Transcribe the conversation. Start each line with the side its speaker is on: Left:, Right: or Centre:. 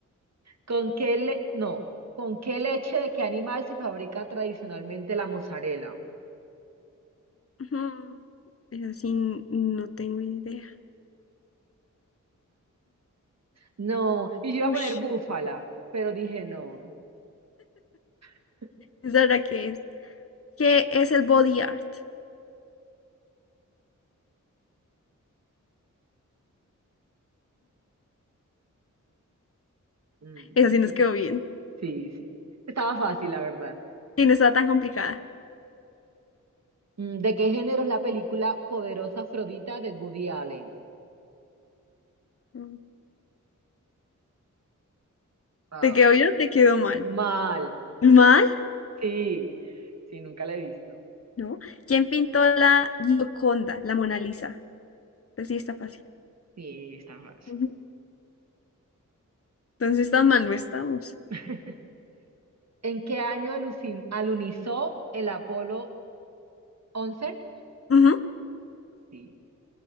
Right: ¿Con qué le... No. ¿Con qué leche de qué animal se fabrica tradicionalmente la mozzarella?
Left: Mm, Eso sí, n- no tengo idea.
Right: No. Y yo iba
Left: Ush,
Right: a poner búfala, pero dije no. <laughs>
Left: esa era que es. ¿Qué es el body art?
Right: Mm,
Left: Esa
Right: sí,
Left: sí nos quedó bien.
Right: sí, sí. Estaba fácil, la verdad.
Left: Sí, no estaba tan complicada.
Right: Mm, ¿De qué género es la película Poderosa Afrodita de Woody Allen?
Left: Mm.
Right: Ah,
Left: ¿Te quedó bien o te quedó mal?
Right: mal.
Left: ¿Mal?
Right: Sí, sí, nunca la he visto.
Left: ¿No? ¿Quién pintó la Gioconda, la Mona Lisa? Pues sí, está fácil.
Right: Sí, está fácil.
Left: Ujú. Entonces tan mal no estamos.
Right: <laughs> ¿En qué año alucin- alunizó el Apolo once?
Left: Ujú.
Right: Sí.